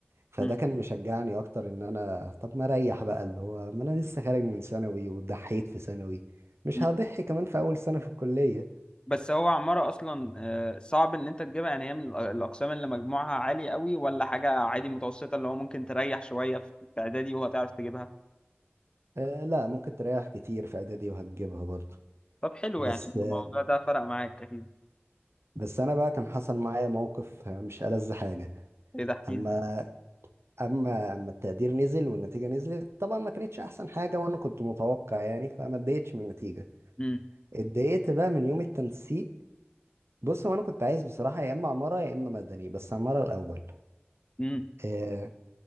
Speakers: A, on the right; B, on the left.
A: فده
B: مم.
A: كان مشجعني اكتر ان انا طب ما اريح بقى اللي هو ما انا لسه خارج من ثانوي وضحيت في ثانوي مش
B: مم.
A: هضحي كمان في اول سنه في الكليه
B: بس هو عمارة اصلا آه، صعب ان انت تجيبها يعني هي من الأ- الاقسام اللي مجموعها عالي قوي ولا حاجة عادي متوسطة اللي هو ممكن تريح شوية في في اعدادي وهتعرف تجيبها
A: آه لا ممكن تريح كتير في اعدادي وهتجيبها برضو
B: طب حلو
A: بس
B: يعني الموضوع
A: آه
B: ده فرق معاك اكيد
A: بس انا بقى كان حصل معايا موقف آه، مش ألذ حاجه
B: ايه ده احكي
A: اما
B: لي
A: اما اما التقدير نزل والنتيجه نزلت طبعا ما كانتش احسن حاجه وانا كنت متوقع يعني فما اتضايقتش من النتيجه
B: امم
A: اتضايقت بقى من يوم التنسيق بص هو انا كنت عايز بصراحه يا اما عماره يا اما مدني بس عماره الاول
B: امم
A: آه